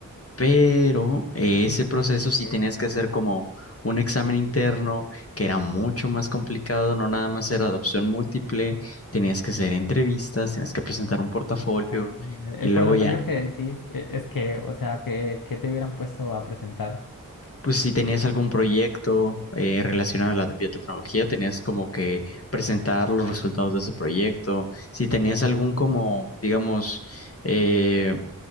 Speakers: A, on the left; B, on the left.
A: Pero eh,
B: Ah,
A: ese proceso
B: ok,
A: sí tenías
B: dale.
A: que hacer como un examen interno que era mucho más complicado, no nada más era adopción múltiple, tenías que hacer entrevistas, tenías que presentar un portafolio
B: Ah, el
A: y luego
B: portafolio
A: ya,
B: que decís eh, es que, o sea, que, que te hubieran puesto a presentar.
A: pues si tenías algún proyecto eh, relacionado a la biotecnología, tenías como que presentar los resultados de ese proyecto, si tenías algún como, digamos, eh,